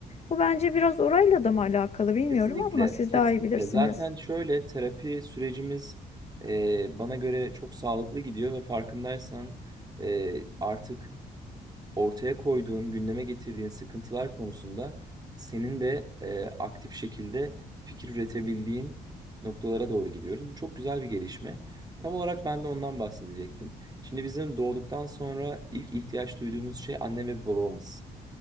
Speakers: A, on the left (about 40°); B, on the right (about 25°).
A: Bu bence biraz orayla da mı alakalı bilmiyorum
B: kesinlikle,
A: ama siz
B: kesinlikle.
A: daha iyi bilirsiniz.
B: Zaten şöyle terapi sürecimiz e, bana göre çok sağlıklı gidiyor ve farkındaysan e, artık ortaya koyduğun, gündeme getirdiğin sıkıntılar konusunda senin de e, aktif şekilde fikir üretebildiğin noktalara doğru gidiyoruz. Bu çok güzel bir gelişme. Tam olarak ben de ondan bahsedecektim. Şimdi bizim doğduktan sonra ilk ihtiyaç duyduğumuz şey anne ve babamız